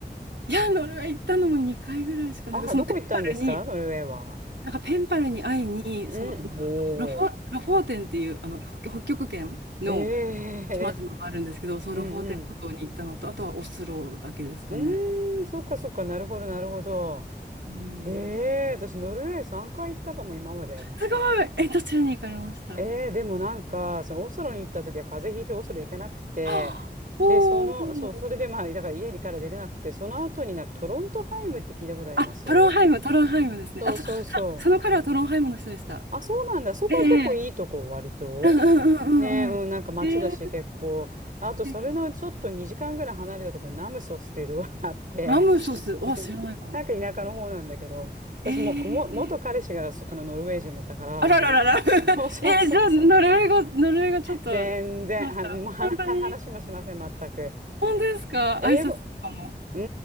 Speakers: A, on the right (about 85°); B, on the right (about 50°).
A: いや、ノルウェー行ったのも2回ぐらいしかなく、
B: あ、
A: そのペンパルに、
B: どこ行ったんですかノルウェーは。
A: なんかペンパルに会いに、
B: うん、
A: その
B: ほ
A: ロフォ、ロフォーテンっていうあの北北極圏の
B: う。へえ、
A: 島々があるんですけど、
B: <laughs>
A: そう、
B: うんうん。
A: ロフォーテン諸島に行ったのと、あとはオスロだけですかね。
B: うーん、そっかそっか、なるほど、なるほど。
A: うん。
B: へえ、私、ノルウェー3回行ったかも、今まで。
A: すごい。え、どちらに行かれましたは
B: えー、でもなんか、そのオスロに行った時は風邪ひいてオスロ行けなくて、
A: あ <gasps> おお
B: で、その、そう、それでまあ、だから家から出れなくて、その後になんかトロントハイムって聞いたことあります
A: あ、トロンハイム、トロンハイムですね。
B: そうそうそう。
A: あ、そ、そその彼はトロンハイムの人でした。
B: あ、そうなんだ。そこは結構いいとこ、
A: ええ
B: 割と。
A: うんうんうんうんうん。
B: ね、うん、なんか街だし、
A: ええ
B: 結構。あと、
A: 素敵
B: それのちょっと2時間ぐらい離れたところ、ナムソスっていうところがあって、
A: ラムソス、
B: <laughs>
A: あ、知らないかも。
B: なんか田舎の方なんだけど、私も、
A: ええ
B: も、元彼氏がそあのノルウェー人だったか
A: あらららら。<laughs>
B: ら、<laughs> そうそうそうそう。
A: えー、じゃあ、ノルウェー語、ノルウェー語ちょっと、
B: 全然、
A: しました。
B: は、もう話話もしません、
A: 本当に
B: 全く。
A: 本当ですか挨拶とかも。
B: 英語、う